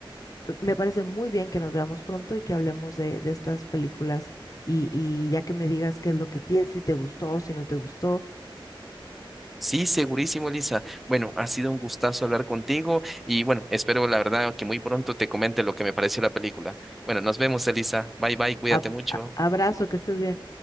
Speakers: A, on the left (about 40°); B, in the centre.
A: Me parece muy bien que nos veamos pronto y que hablemos de, de estas películas y, y ya que me digas qué es lo que piensas, si te gustó, si no te gustó.
B: Sí, segurísimo, Lisa. Bueno, ha sido un gustazo hablar contigo y bueno, espero la verdad que muy pronto te comente lo que me pareció la película. Bueno, nos vemos, Elisa. Bye, bye, cuídate
A: Ab-
B: mucho.
A: a- abrazo, que estés bien.